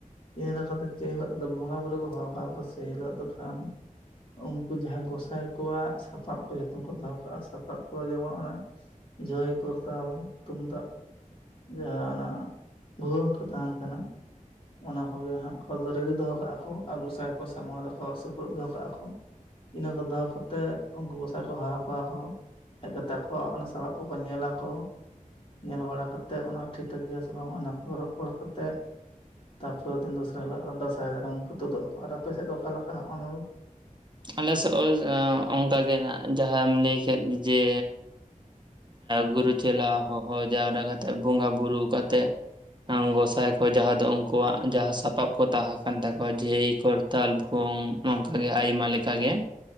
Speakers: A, on the left; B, on the right.
A: ᱤᱱᱟ ᱞᱮᱠᱟᱛᱮ ᱡᱮ ᱦᱤᱞᱳᱜ ᱫᱚ ᱵᱚᱸᱜᱟ ᱵᱩᱨᱩ ᱠᱚ ᱦᱚᱦᱚ ᱠᱟ ᱠᱚᱣᱟ ᱥᱮ ᱦᱤᱞᱳᱜ ᱫᱚ ᱠᱷᱟᱱ ᱩᱱᱠᱩ ᱡᱟᱦᱟᱸ ᱜᱚᱸᱥᱟᱭ ᱠᱚᱣᱟᱜ ᱥᱟᱯᱟᱵ ᱠᱚ ᱡᱚᱛᱚᱱ ᱠᱚ ᱫᱚᱦᱚ ᱠᱟᱜᱼᱟ ᱥᱟᱯᱟᱵ ᱠᱚᱫᱚ ᱡᱮᱢᱚᱱ ᱚᱱᱟ ᱡᱚᱭ ᱠᱚᱨᱛᱟᱞ ᱛᱩᱢᱫᱟᱜ ᱡᱟᱦᱟᱸ ᱚᱱᱟ ᱵᱷᱣᱟᱹᱝ ᱠᱚ ᱛᱟᱦᱮᱱ ᱠᱟᱱᱟ ᱚᱱᱟ ᱠᱚᱜᱮ ᱦᱟᱸᱜ ᱠᱚ ᱨᱮᱲᱤ ᱫᱚᱦᱚ ᱠᱟᱜᱼᱟ ᱠᱚ ᱟᱨ ᱜᱚᱸᱥᱟᱭ ᱠᱚ ᱥᱟᱢᱟᱝ ᱨᱮᱠᱚ ᱥᱩᱯᱨᱩᱫ ᱫᱚᱦᱚ ᱠᱟᱜᱼᱟ ᱠᱚ ᱤᱱᱟᱹ ᱠᱚ ᱫᱚᱦᱚ ᱠᱟᱜ ᱛᱮ ᱩᱱᱠᱩ ᱜᱚᱸᱥᱟᱭ ᱠᱚ ᱦᱚᱟᱦᱟ ᱠᱚᱣᱟ ᱠᱚ ᱦᱮᱡ ᱠᱟᱛᱮ ᱟᱠᱚ ᱚᱱᱟ ᱥᱟᱯᱟᱵ ᱠᱚᱠᱚ ᱧᱮᱞᱟ ᱠᱚ ᱧᱮᱞ ᱵᱟᱲᱟ ᱠᱟᱛᱮᱫ ᱚᱱᱟ ᱴᱷᱤᱠ ᱴᱷᱟᱠ ᱜᱮᱭᱟ ᱥᱮ ᱵᱟᱝ ᱚᱱᱟ ᱠᱚ ᱨᱚᱯᱚᱲ ᱠᱟᱛᱮᱫ ᱛᱟᱯᱚᱨᱮ ᱫᱤᱱ ᱫᱚᱥᱨᱟ ᱦᱤᱞᱳᱜ ᱫᱟᱸᱥᱟᱭ ᱫᱟᱲᱟᱱ ᱠᱚ ᱛᱩᱫ ᱟᱠᱚ ᱟᱨ ᱟᱯᱮ ᱥᱮᱫ ᱫᱚ ᱚᱠᱟ ᱞᱮᱠᱟ ᱦ ᱚᱱᱟ ᱫᱚ
B: ᱟᱞᱮ ᱥᱮᱫ ᱚᱱᱠᱟᱜᱮ ᱡᱟᱦᱟᱸᱢ ᱞᱟᱹᱭ ᱠᱮᱫ ᱡᱮ ᱜᱩᱨᱩ ᱪᱮᱞᱟ ᱦᱚᱦᱚ ᱡᱟᱣᱨᱟ ᱠᱟᱛᱮᱫ ᱵᱚᱸᱜᱟ ᱵᱩᱨᱩ ᱠᱟᱛᱮᱜ ᱜᱚᱸᱥᱟᱭ ᱠᱚ ᱡᱟᱦᱟᱸ ᱫᱚ ᱩᱱᱠᱩᱣᱟᱜ ᱡᱟᱦᱟᱸ ᱥᱟᱯᱟᱵ ᱠᱚ ᱛᱟᱦᱮᱸ ᱠᱟᱱ ᱛᱟᱠᱚᱣᱟ ᱡᱮᱭ ᱠᱚ <unintelligible> ᱱᱚᱝᱠᱟᱜᱮ ᱟᱭᱢᱟ ᱞᱮᱠᱟᱜ ᱜᱮ